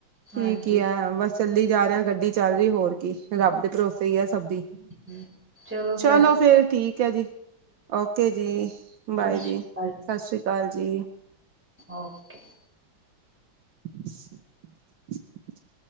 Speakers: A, on the right; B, in the centre.
A: ਠੀਕ
B: ਹਾਂਜੀ
A: ਈ ਐ ਬਸ ਚੱਲੀ ਜਾ ਰਿਹਾ ਗੱਡੀ ਚੱਲ ਰਹੀ ਹੋਰ ਕੀ ਰੱਬ ਦੇ ਭਰੋਸੇ ਈ ਐ ਸਭ ਦੀ।
B: <inaudible>
A: ਚਲੋ
B: ਫਿਰ
A: ਫੇਰ ਠੀਕ ਐ ਜੀ। ਓਕੇ ਜੀ
B: ਸਤਿ
A: ਬਾਏ ਜੀ
B: ਸ਼੍ਰੀ ਅਕਾਲ
A: ਸਤਿ ਸ਼੍ਰੀ ਅਕਾਲ ਜੀ।
B: ਓਕੇ।
A: <inaudible>